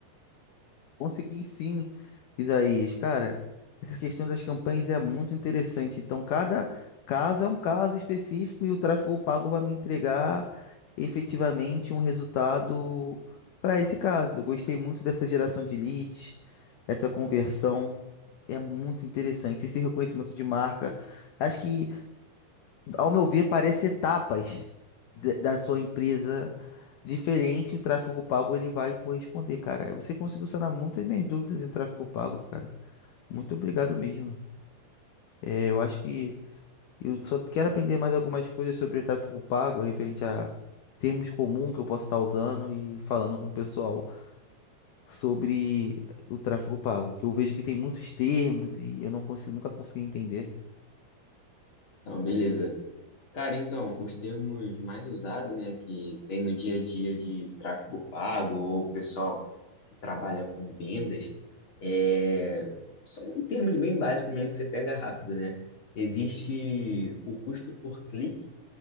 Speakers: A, on the left (about 80°); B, on the left (about 40°).
A: Consegui sim, Isaías. Cara, essa questão das campanhas é muito interessante. Então, cada caso é um caso específico e o tráfego pago vai me entregar efetivamente um resultado para esse caso. Eu gostei muito dessa geração de leads, essa conversão. É muito interessante. Esse reconhecimento de marca. Acho que ao meu ver, parece etapas de- da sua empresa diferente, o tráfego pago ele vai corresponder, cara. Você conseguiu sanar muitas minhas dúvidas em tráfego pago, cara. Muito obrigado mesmo. É, eu acho que eu só quero aprender mais algumas coisas sobre tráfego pago, referente a termos comuns que eu posso estar usando e falando com o pessoal sobre o tráfego pago, que eu vejo que tem muitos termos e eu não consigo, nunca consegui entender.
B: Então, beleza. Cara, então, os termos mais usados, né, que tem no dia a dia de tráfego pago ou pessoal que trabalha com vendas, é, são termos bem básicos mesmo que você pega rápido, né? Existe o custo por clique,